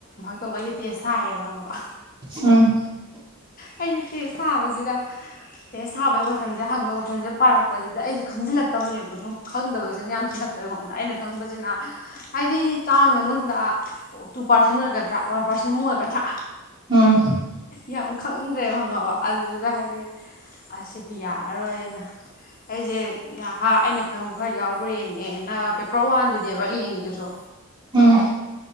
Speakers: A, on the left (about 40°); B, on the right (about 20°).
A: ꯑꯗꯨꯒ ꯑꯩꯁꯦ ꯇꯦꯁ ꯊꯥꯏꯌꯦꯕ ꯈꯪꯉꯕ
B: ꯎꯝ
A: ꯑꯩꯖꯦ ꯇꯦꯁ ꯊꯥꯕꯁꯤꯗ ꯇꯦꯁ ꯊꯥꯕꯩ ꯒꯣꯏ ꯁꯟꯁꯦ ꯍꯪꯕ ꯀꯣꯏꯁꯟꯁꯦ ꯄꯥꯔꯛꯄꯁꯤꯗ ꯑꯩꯖꯦ ꯈꯪꯖꯤꯜꯂꯛꯇꯕꯅꯦꯕ ꯑꯗꯨꯝ ꯈꯪꯗꯕꯁꯤꯅ ꯌꯥꯝꯁꯤꯜꯂꯛꯄ ꯑꯩꯉꯣꯟꯗ ꯑꯩꯅ ꯈꯪꯕꯁꯤꯅ ꯍꯥꯏꯗꯤ ꯆꯥꯝꯃꯩ ꯃꯅꯨꯡꯗ ꯇꯨ ꯄꯥꯔꯁꯦꯟ ꯑꯣꯏꯒꯗ꯭ꯔꯥ ꯋꯥꯟ ꯄꯥꯔꯁꯦꯟꯃꯨꯛ ꯑꯣꯏꯒꯗ꯭ꯔꯥ
B: ꯎꯝ
A: ꯌꯥꯝ ꯈꯪꯗ꯭ꯔꯦꯕ ꯈꯪꯉꯕ ꯑꯗꯨꯗ ꯍꯥꯏꯗꯤ ꯑꯁꯤꯗꯤ ꯌꯥꯔꯔꯣꯏꯅ ꯑꯩꯖꯦ ꯅꯍꯥ ꯑꯩꯅ ꯈꯪꯕ ꯈꯔ ꯌꯥꯎꯕ꯭ꯔꯥ ꯌꯦꯡꯒꯦꯅ ꯄꯦꯄꯔ ꯋꯥꯟꯗꯨꯅꯦꯕ ꯌꯦꯡꯉꯤꯗꯨꯁꯨ
B: ꯎꯝ